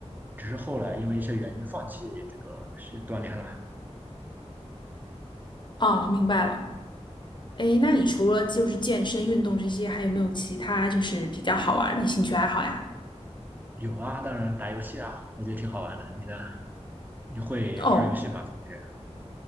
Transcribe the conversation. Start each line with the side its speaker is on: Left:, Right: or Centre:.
Right: 只是后来因为一些原因放弃这个是锻炼了。
Left: 哦，明白了。诶，那你除了就是健身运动这些，还有没有其他就是比较好玩儿的兴趣爱好呀？
Right: 有啊，当然打游戏啊，我觉得挺好玩的。你呢？你会玩游戏吗？
Left: 哦，
Right: 平时？